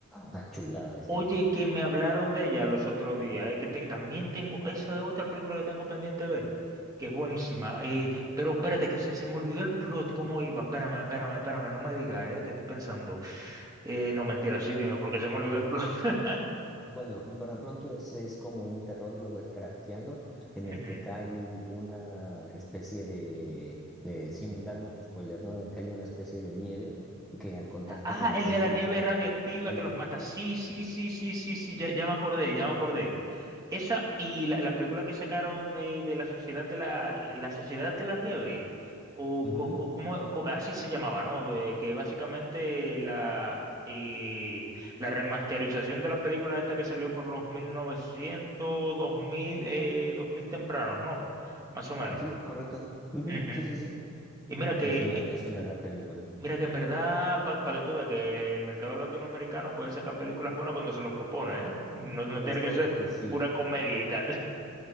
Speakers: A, in the centre; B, on the right.
A: Una chulada de serie.
B: Oye, que me hablaron de ella los otros días, eh, que te- también tengo, esa es otra película que tengo pendiente de ver, que es buenísima. eh, pero espérate, que se, se me olvidó el plot, cómo iba. Espérame, espérame, espérame, no me digas, eh, que estoy pensando. Eh, no, mentira, sí, dime, porque se me olvidó el plot. <laughs>
A: Bueno, para pronto es, es como un terror lovecraftiano en el
B: Ujú.
A: que cae una especie de, de- sin dar mucho spoiler, ¿no? Cae una especie de nieve que al contacto
B: Ah,
A: con la
B: el
A: gente
B: de la nieve
A: los mata
B: radioactiva
A: instantáneamente.
B: que los mata. Sí, sí, sí, sí, sí, sí, ya, ya me acordé, ya me acordé. Esa y la, la película que sacaron de, de la Sociedad de la, eh, la Sociedad de la Nieve, o
A: Ujú.
B: co- co- como, co- así se llamaba, ¿no? Eh, que básicamente la, eh, la remasterización de la película esta que salió por los mil novecientos dos mil eh, 2000 tempranos, ¿no? Más o menos.
A: Sí, correcto. Ujú,
B: Ujú.
A: Sí, sí, sí.
B: Y mira que,
A: Es una,
B: eh,
A: es una gran película.
B: mira que en verdad, para que tú veas que el mercado latinoamericano puede sacar películas buenas cuando se lo propone, ¿eh? No, no
A: Es
B: tiene
A: correcto,
B: que ser
A: sí.
B: pura comedia y tal.